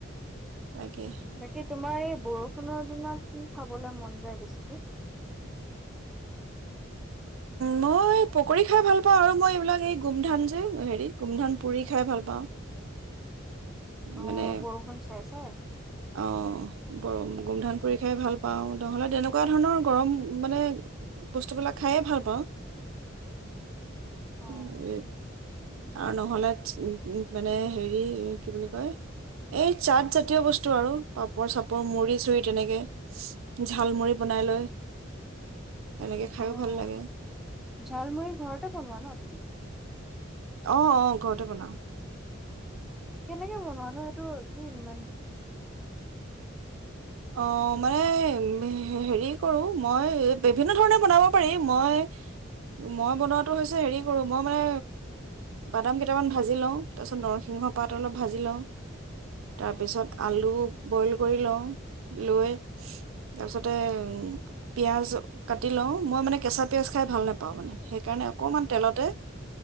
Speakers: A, on the right (about 80°); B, in the centre.
A: তাকে
B: বাকী তোমাৰ এই বৰষুণৰ দিনত কি খাবলৈ মন যায় বেছিকে?
A: মই পকৰি খাই ভাল পাওঁ আৰু মই এইবিলাক এই গোমধান যে হেৰি গোমধান পুৰি খাই ভাল পাওঁ।
B: অ',
A: মানে
B: বৰষুণ চাইছো। অ
A: অ বৰ গোমধান পুৰি খাই ভাল পাওঁ নহ'লে তেনেকুৱা ধৰণৰ গৰম মানে বস্তুবিলাক খায়েই ভাল পাওঁ।
B: অঁ।
A: উ', এইট, - আৰু নহ'লে উ মানে হেৰি কি বুলি কয় এই চাট জাতীয় বস্তু- আৰু পাপৰ- চাপৰ, মুৰি- চুৰি তেনেকে ঝালমুৰি বনাই লৈ, তেনেকে খাইও
B: অ ঝালমুৰি
A: ভাল লাগে
B: ঘৰতে বনোৱা ন। কোন ন?
A: আহ আহ ঘৰতে বনাও।
B: কেনেকে বনোৱা নো ', সেইটো কি ইমান উম
A: অ মানে হে হেৰি কৰোঁ মই বিভিন্ন ধৰণে বনাব পাৰি মই, মই বনোৱাটো হৈছে হেৰি কৰোঁ মই মানে বাদাম কেইটামান ভাজি লওঁ, তাৰপিছত নৰসিংহ পাত অলপ ভাজি লওঁ, তাৰপিছত আলু বইল কৰি লওঁ। লৈ তাৰপিছতে পিয়াজ কাটি লওঁ, মই মানে কেঁচা পিয়াজ খাই ভাল নেপাওঁ মানে, সেইকাৰণে অকণমান তেলতে